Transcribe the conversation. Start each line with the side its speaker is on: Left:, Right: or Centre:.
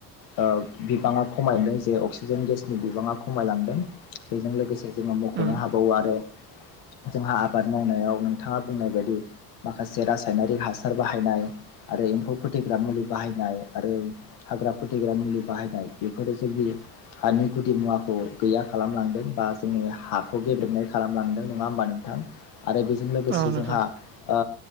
Left: ओ बिबाङा खमायदों। जे अक्सिजेन गेसनि बिबाङा ख खमायलांदों बेजों लोगोसे जोङो मख'नो
Right: उम
Left: हाबावो। आरो जोंहा आबाद मावनायाव नोंथाङा बुंनाय बायदि माखासे रासायनारिक हासार बाहायनाय। आरो एम्फौ फोथैग्रा मुलि बाहायनाय आरो हाग्रा फोथैग्रा मुलि बाहायनाय बेफोरो जोंनि हानि गुदि मुवाखौ गैया खालामलांदों बा जोंनि हाखौ गेब्रेबनाय खालामलांदों नङा होमबा नोंथां? आरो बेजों लोगोसे
Right: औ नोंथां
Left: जोंहा ओ!